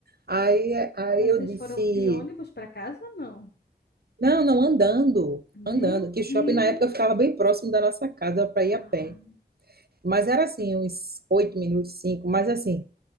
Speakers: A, on the right; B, on the left.
A: Aí, aí
B: Mas
A: eu
B: vocês
A: disse
B: foram de ônibus para casa ou não?
A: Não, não, andando,
B: Meu
A: andando. Que
B: Deus!
A: shopping na época ficava bem próximo da nossa casa para ir a
B: Ah,
A: pé. Mas era assim, uns oito minutos, cinco. Mas assim,